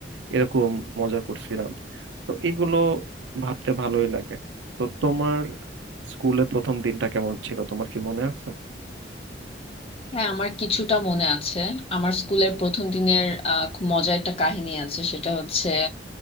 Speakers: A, on the right; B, on the left.
A: এরকম মজা করছিলাম তো এগুলো ভাবতে ভালোই লাগে তো তোমার স্কুলের প্রথম দিনটা কেমন ছিল তোমার কি মনে আছে
B: হ্যাঁ আমার কিছুটা মনে আছে আমার স্কুলের প্রথম দিনের আহ, খুব মজার একটা কাহিনী আছে সেটা হচ্ছে